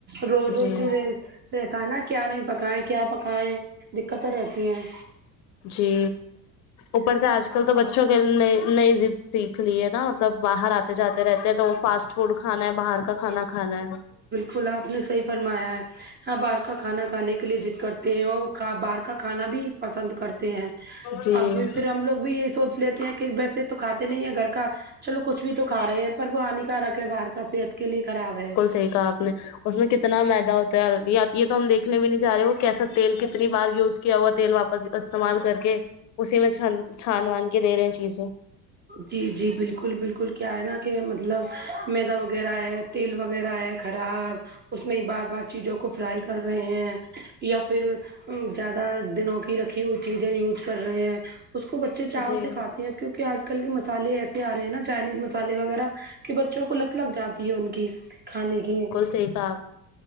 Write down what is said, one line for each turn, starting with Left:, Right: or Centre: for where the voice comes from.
Right: روز روز
Left: جی
Right: ہی رہ رہتا ہے نا کیا نہیں پکائے کیا پکائے دقتیں رہتی ہیں
Left: جی اوپر سے آج کل تو بچوں کے نی نئی ضد سیکھ لی ہے نا مطلب باہر آ تے جاتے رہتے ہیں تو وہ فاسٹ فوڈ کھانا ہے باہر کا کھانا کھانا ہے
Right: کل اپ نے صحیح فرمایا ہے ہاں باہر کا کھانا کھانے کے لیے ضد کرتے تے وہ باہر کا کھانا بھی پسند کرتے ہیں
Left: جی
Right: اب پھر ہم لوگ بھی یہی سوچ لیتے ہیں کہ ویسے تو کھاتے نہیں ہے گھر کا چلو کچھ بھی تو کھا رہے ہیں پر وہ ہنیکرک ہے باہر کا صحت کے لیے خراب ہے
Left: سی کہا آپ نے اس میں کتنا میدا ہوتا ہے اور یہ تو ہم دیکنے بھی نہیں چہا رہے وہ کیسا تیل کتنی بار یوز کیا ہوا تیل واپس استعمال کر کے اسی میں چھان وان وان کے دے رہے ہیں چیزیں
Right: جی جی بالکل بالکل کیا ہے نا کہ مطلب میدا وغیرہ ہے تیل وغیرہ ہے خراب اس میں بار بار چیزوں کو فرائی کر رہے ہیں یا پھر زیادہ دنوں کی رکھی ہوئی چیزیں یوز کر رہے ہیں اس کو ب اچے چاہو
Left: جی
Right: سے کھاتے ہیں کیوکے آج کل کے مسالے ایسے آ رہے ہیں نا چائنیز مسالے وغیرہ کہ بچوں کو لت لگ جا تی ہے ان کی کھانے کی
Left: صعیع کھا